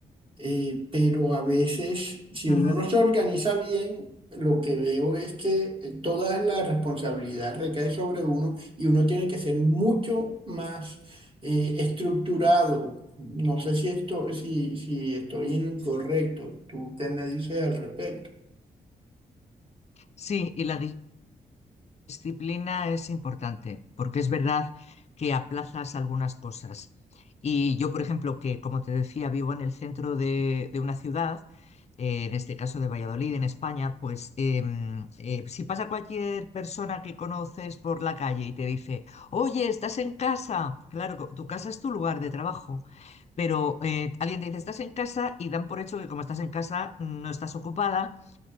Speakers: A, on the right; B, on the left.
A: Eh, pero a veces, si
B: ujú.
A: uno no se organiza bien, lo que veo es que eh, toda la responsabilidad recae sobre uno y uno tiene que ser mucho más eh, estructurado. No sé si esto, si, si estoy incorrecto. ¿Tú qué me dices al respecto?
B: Sí, y la dis- disciplina es importante, porque es verdad que aplazas algunas cosas. Y yo, por ejemplo, que como te decía, vivo en el centro de, de una ciudad, eh, en este caso de Valladolid, en España, pues em, eh, si pasa cualquier persona que conoces por la calle y te dice, oye, estás en casa, claro, co- tu casa es tu lugar de trabajo. Pero eh, alguien te dice, estás en casa y dan por hecho que como estás en casa no estás ocupada